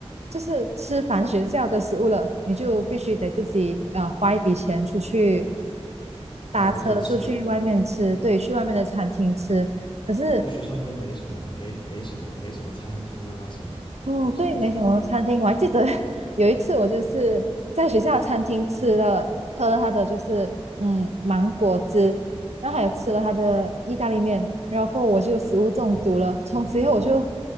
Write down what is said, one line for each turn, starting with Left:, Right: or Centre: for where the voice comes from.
Right: 就是吃凡学校的食物了，你就必须得自己呃花一笔钱出去
Left: 买东西吃，
Right: 搭车出去外面吃，
Left: 就
Right: 对，去外面的餐厅吃。可是
Left: 就学校里面没什么没没什么没什么餐厅啊什么什么之类的，
Right: 嗯，对，没什么餐厅，我还记得 <laughs> 有一次我就是在学校的餐厅吃了喝了他的就是嗯芒果汁，然后还有吃了他的意大利面，然后过后我就食物中毒了，从此以后我就